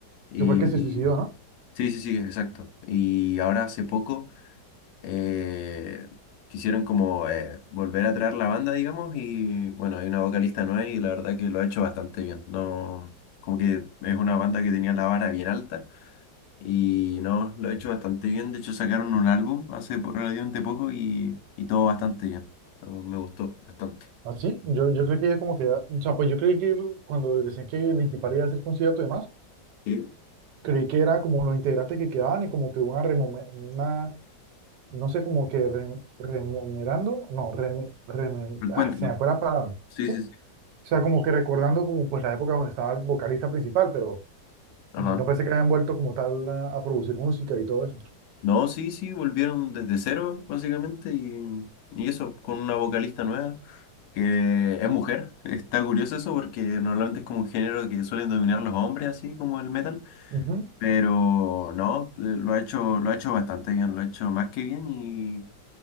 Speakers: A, on the left (about 85°); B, on the right (about 80°).
A: Y
B: Que fue el que se suicidó, ¿no?
A: sí, sí, sí, exacto. Y ahora hace poco eh, quisieron como eh, volver a traer la banda, digamos, y bueno, hay una vocalista nueva y la verdad que lo ha hecho bastante bien. No, como que es una banda que tenía la vara bien alta y no, lo ha hecho bastante bien. De hecho, sacaron un álbum hace po- relativamente poco y, y todo bastante bien. Todo me gustó bastante.
B: ¿Ah, sí? Yo, yo creo que como que, o sea, pues yo creí que cuando decían que Linkin Park iba a hacer concierto y demás,
A: Sí,
B: Creí que era como los integrantes que quedaban y como que una, remome- una no sé, como que re- remunerando, no, re- reme-
A: encuentro.
B: ah, se me fue la palabra,
A: Sí,
B: ¿sí?
A: sí,
B: O
A: sí.
B: sea, como que recordando como pues la época donde estaba el vocalista principal, pero
A: ajá
B: no pensé que habían vuelto como tal a, a producir música y todo eso.
A: No, sí, sí, volvieron desde cero, básicamente, y, y eso, con una vocalista nueva, que es mujer. <laughs> Está curioso eso porque normalmente es como un género que suelen dominar los hombres, así como el metal,
B: Ujú.
A: pero no, eh, lo ha hecho, lo ha hecho bastante bien, lo ha hecho más que bien y,